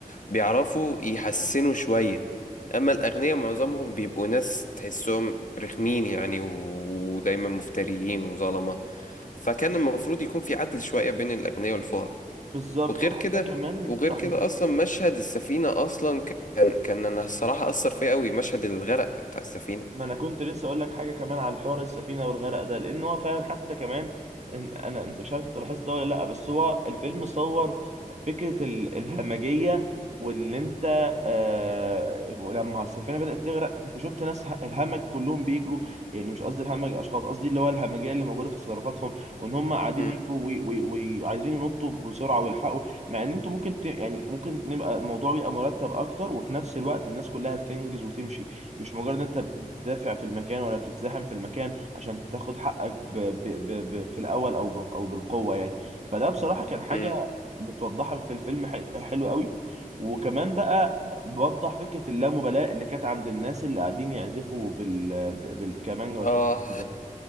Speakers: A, on the left; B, on the right.
A: بيعرفوا يحسنوا شويه اما الاغنياء معظمهم بيبقوا ناس تحسهم رخمين يعني و- ودايما مفتريين وظلمه فكان المفروض يكون في عدل شوية بين الأغنياء والفقراء
B: بالظبط
A: وغير
B: وحتى
A: كده
B: كمان
A: وغير
B: رح...
A: كده أصلا مشهد السفينة أصلا كان كان أنا الصراحة أثر فيا أوي مشهد الغرق بتاع السفينة
B: ما انا كنت لسه اقول لك حاجه كمان على الحوار السفينه والغرق ده لان هو فعلا حتى كمان إن- انا انت مش عارف انت لاحظت ده ولا لا بس هو الفيلم صور فكره ال- الهمجيه وان انت آه لما السفينه بدات تغرق انت شفت ناس ه- الهمج كلهم بيجروا يعني مش قصدي الهمج اشخاص قصدي اللي هو الهمجيه اللي موجوده في تصرفاتهم وان هم قاعدين
A: م-
B: يجروا وي- وي- وعايزين ينطوا بسرعه ويلحقوا مع ان انتوا ممكن ت... يعني ممكن نبقى الموضوع بيبقى مرتب اكتر وفي نفس الوقت الناس كلها تنجز وتمشي مش مجرد ان انت بتدافع في المكان ولا بتتزاحم في المكان عشان تاخد حقك ب... ب... ب... ب... في الاول او ب... او بالقوه يعني فده بصراحه كان حاجه
A: م.
B: بتوضحها في الفيلم حل... حلو قوي وكمان بقى بوضح فكره اللامبالاه اللي كانت عند الناس اللي قاعدين يعزفوا بال... ب- بالكمانجا والشاشه
A: آه
B: ده